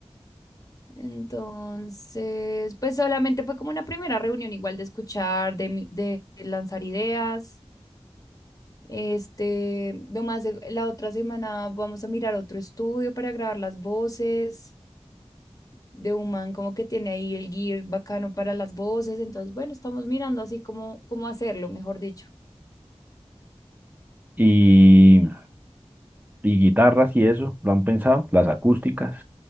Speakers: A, on the left (about 35°); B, on the right (about 15°).
A: Entonces, pues solamente fue como una primera reunión igual de escuchar, de, mi- de lanzar ideas. Este, lo más, se- la otra semana vamos a mirar otro estudio para grabar las voces de un man como que tiene ahí el gear bacano para las voces. Entonces, bueno, estamos mirando así como cómo hacerlo, mejor dicho.
B: y, y guitarras y eso, lo han pensado, las acústicas,